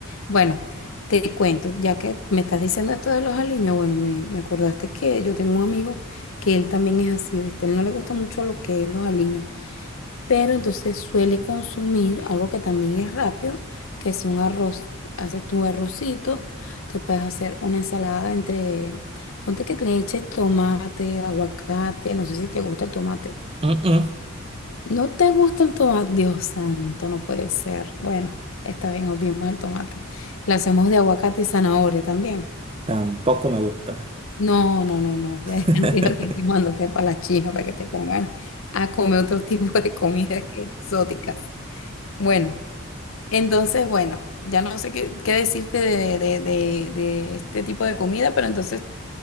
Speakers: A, on the left; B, on the right.
A: Bueno, te cuento, ya que me estás diciendo esto de los aliños, bueno, me, me acordaste que yo tengo un amigo que él también es así, ¿viste? Él no le gusta mucho lo que es los aliños, pero entonces suele consumir algo que también es rápido, que es un arroz. Haces tu arrocito, te puedes hacer una ensalada entre, ponte que le eches tomate, aguacate, no sé si te gusta el tomate
B: Mm, mm,
A: no te gusta el tomate, Dios santo, no puede ser. Bueno, está bien, obviemos el tomate. La hacemos de aguacate y zanahoria también.
B: tampoco me gusta.
A: No, no, no, no. <laughs> Ya
B: <laughs>
A: Digo que te mandaste para la China para que te pongan a comer otro tipo de comidas que exóticas. Bueno, entonces, bueno, ya no sé qué, qué decirte de, de, de, de este tipo de comida, pero entonces